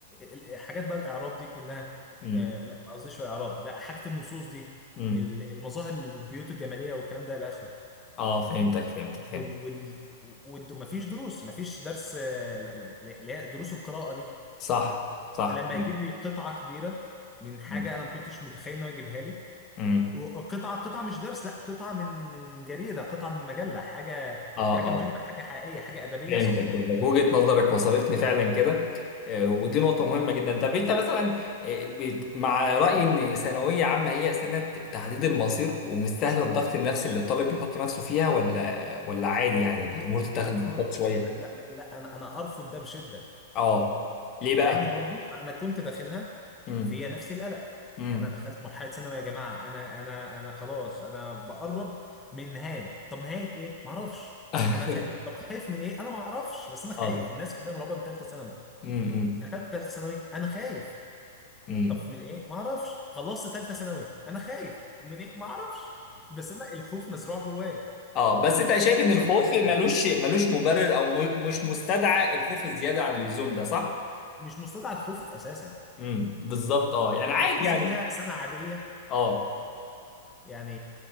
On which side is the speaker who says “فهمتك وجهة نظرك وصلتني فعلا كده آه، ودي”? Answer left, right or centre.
Left